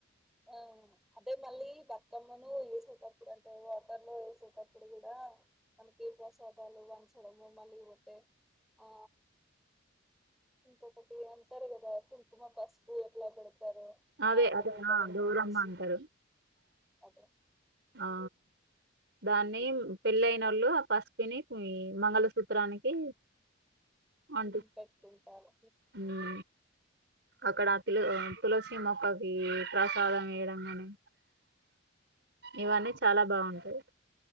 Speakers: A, in the centre; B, on the right.
A: ఆ అదే మళ్ళీ బతుకమ్మను వేసేటప్పుడు అంటే వాటర్ లో వేసేటప్పుడు కూడా మనకి ఏ ప్రసాదాలు వంచడం మళ్ళీ పోతే ఆ ఇంక ఒకటి అంటారు కదా కుంకుమ పసుపు ఎట్లా పెడత దరు
B: అదే
A: మాంగల్య
B: అదే
A: బలం
B: ఆ, గౌరమ్మ
A: అనేసి
B: అంటారు
A: అదే
B: ఆ దాన్ని పెళ్ళయిన వాళ్ళు ఆ పసుపుని మంగళసూత్రానికి అంటి
A: ఉమ్, పెట్టుకుంటారు
B: ఉమ్ అక్కడ ఆ పిల్ల ఆ తులసి మొక్కకి ప్రసాదం వేయడం కాని ఇవన్నీ బాగుంటాయి